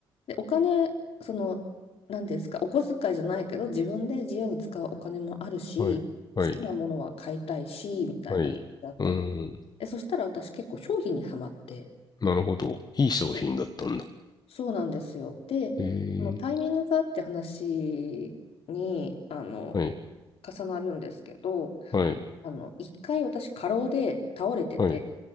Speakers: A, on the left (about 50°); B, on the left (about 30°).
A: で、お金、その、何ですか、お小遣いじゃないけど、自分で自由に使うお金もあるし、
B: はい、はい、
A: 好きなものは買いたいし、みたいな感じだったの。
B: はい。うん、
A: で、そしたら私結構商品にはまって、
B: なるほど。いい商品だったんだ。
A: そうそうなんですよ。で、
B: えー、
A: そのタイミングがあって話に、あの、
B: はい、
A: 重なるんですけど、
B: はい、
A: あの、一回私過労で倒れてて、
B: はい。